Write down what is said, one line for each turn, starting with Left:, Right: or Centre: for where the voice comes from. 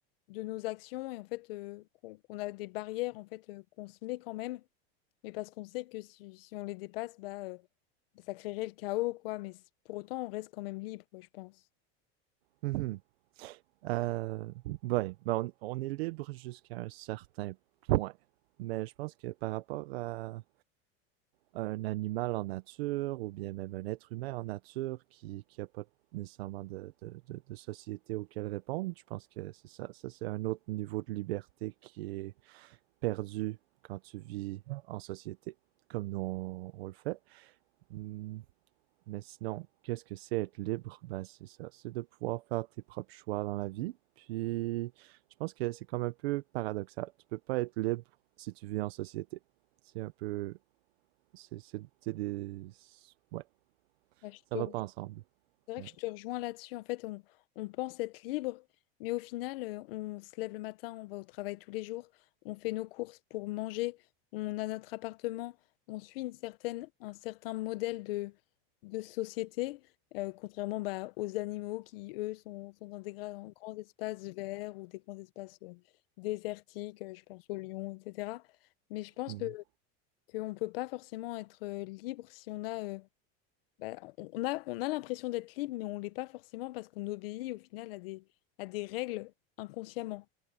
Left: de nos actions et en fait euh, qu'on qu'on a des barrières en fait euh, qu'on se met quand même, mais parce qu'on sait que si, si on les dépasse, bah, euh, ça créerait le chaos, quoi. Mais c- pour autant, on reste quand même libre, je pense.
Right: Mhm. Euh, ouais, ben, on, on est libre jusqu'à un certain point. Mais je pense que par rapport à un animal en nature, ou bien même un être humain en nature qui, qui a pas nécessairement de, de, de, de société auquel répondre, je pense que c'est ça. Ça, c'est un autre niveau de liberté qui est perdu quand tu vis en société, comme nous on, on le fait. Hum, mais sinon, qu'est-ce que c'est être libre? Ben, c'est ça, c'est de pouvoir faire tes propres choix dans la vie. Puis, je pense que c'est comme un peu paradoxal. Tu peux pas être libre si tu vis en société. C'est un peu, c'est, c'est, c'est des, ouais,
Left: Ah, Je
Right: ça
Left: te
Right: va pas ensemble.
Left: C'est vrai
Right: Ouais.
Left: que je te rejoins là-dessus. En fait, on, on pense être libre, mais au final, euh, on se lève le matin, on va au travail tous les jours, on fait nos courses pour manger, on a notre appartement, on suit une certaine, un certain modèle de, de société, euh, contrairement bah, aux animaux qui, eux, sont, sont dans des grands, grands espaces verts ou des grands espaces euh, désertiques, euh, je pense aux lions, etc. Mais je pense
Right: Mhm.
Left: que qu'on ne peut pas forcément être euh, libre si on a... euh, bah, on a, on a l'impression d'être libre, mais on l'est pas forcément parce qu'on obéit au final à des, à des règles inconsciemment.